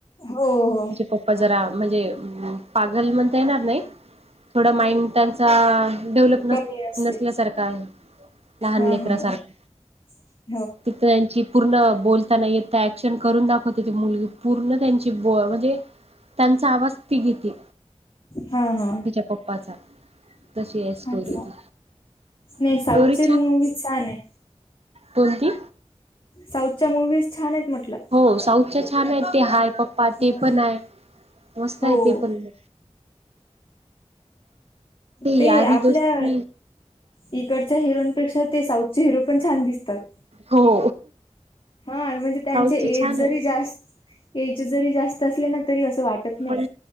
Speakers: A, on the left; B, on the right.
A: हो हो.
B: तिचे पप्पा जरा म्हणजे पागल म्हणता येणार नाही. थोडा माइंड त्यांचा डेव्हलप नस,
A: कमी असते.
B: नसल्यासारखा आहे लहान
A: हा
B: लेकरासारखा.
A: हा <inaudible>
B: तिथ त्यांची पूर्ण बोलताना येत ऍक्शन करून दाखवते ते मुल पूर्ण त्यांची ती बो म्हणजे त्यांचा आवाज तिघेती
A: हा हा
B: तिच्या पप्पाचा तशी आहे स्टोरी
A: अच्छा.
B: ती.
A: नाही
B: स्टोरी
A: साऊथ चे मूवी छान आहे.
B: कोणी ती?
A: साऊथच्या मूवीज छान आहेत म्हटलं.
B: हो साऊथ च्या छान आहेत ते हाय पप्पा
A: हो.
B: ते पण आहे मस्त
A: हो
B: आहे ते पण <inaudible>
A: ते
B: यारी
A: आपल्या
B: दोस्ती
A: इकडच्या हिरोपेक्षा ते साऊथचे हिरो पण छान दिसतात.
B: हो.
A: हा म्हणजे त्यांचे
B: साऊथचे
A: एज
B: छान
A: जरी
B: आहेत
A: जास्त, एज जरी जास्त असले ना तरी असं वाटत नाही.
B: पण